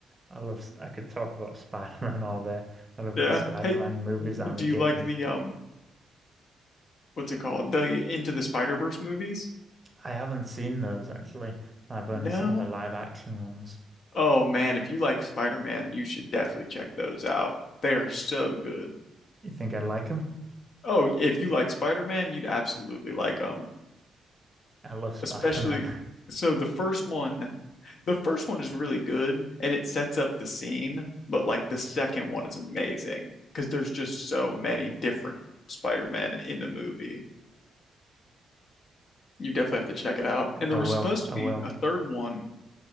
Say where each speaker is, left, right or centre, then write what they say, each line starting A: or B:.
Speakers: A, on the right; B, on the left.
A: I love, I could talk about Spider-Man <laughs> all day. I love
B: Yeah.
A: the Spider-Man
B: Hey,
A: movies
B: w-
A: and
B: do
A: the games.
B: you like the, um, what's it called? The Into the Spider-Verse movies?
A: I haven't seen those actually. I've only
B: No?
A: seen the live action ones.
B: Oh, man. If you like Spider-Man, you should definitely check those out. They are so good.
A: You think I like them?
B: Oh, if you like Spider-Man, you'd absolutely like them.
A: I love Spider-Man.
B: especially so the first one the first one is really good and it sets up the scene but like the second one is amazing because there's just so many different spider-man in the movie you definitely have to check it out
A: <laughs>
B: and there
A: I
B: was
A: will.
B: supposed to
A: I
B: be
A: will.
B: a third one